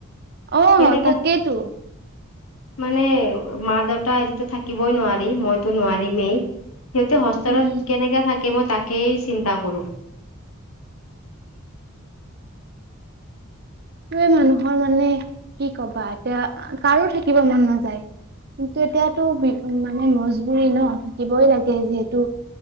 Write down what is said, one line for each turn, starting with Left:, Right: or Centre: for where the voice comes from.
Right: অহ
Left: কেনেকে
Right: তাকেইতো।
Left: মানে মা-দেউতা এৰি থাকিবই নোৱাৰি মইতো নোৱাৰিমেই। সিহঁতে হোষ্টেল
Right: উম
Left: কেনেকে থাকে মই তাকেই চিন্তা কৰো।
Right: এই মানুহৰ মানে কি কবা এতিয়া কাৰো থাকিব মন নাযায়। কিন্তু এতিয়াতো বি মানে মজবুৰি ন থাকিবই লাগে যিহেতু।